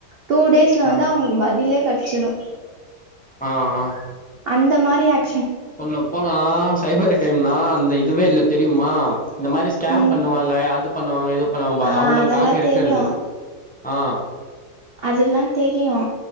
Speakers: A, on the right (about 45°); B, in the centre.
A: டூ டேஸ் இதுல
B: ஆ
A: வந்து அவுங்குளுக்கு பதிலே கட்ச்சிடோ
B: ஆ அ
A: அந்த மாரி ஆக்
B: சொல்ல போனா சைபர் க்ரைம்னா அந்த இதுவே இல்ல தெரியுமா இந்த மாரி ஸ்கேம்
A: ம்
B: பண்ணுவால்லே அது பண்ணுவாங்க இது பண்ணுவாங்க பாரு
A: ஆ
B: அவங்களுக்காக
A: அதெல்லா
B: இருக்கறது
A: தெரியு
B: ஆ
A: அதுலா தெரியோ